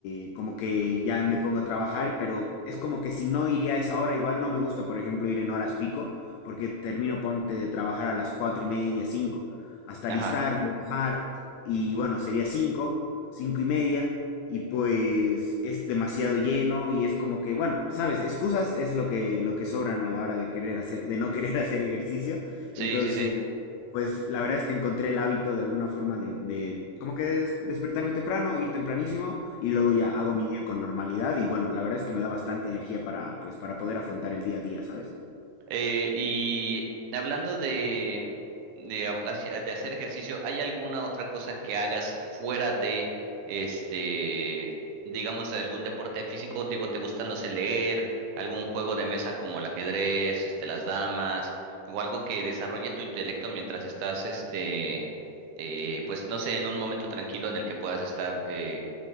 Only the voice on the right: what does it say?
Ajá,
sí,
sí, sí.
Eh, y hablando de, de, habla- hacia- de hacer ejercicio, ¿hay alguna otra cosa que hagas fuera de este, digamos, de algún deporte físico? Digo, ¿te gusta, no sé, leer, algún juego de mesa como el ajedrez, este, las damas, o algo que desarrolle tu intelecto mientras estás, este, eh, pues, no sé, en un momento tranquilo en el que puedas estar eh,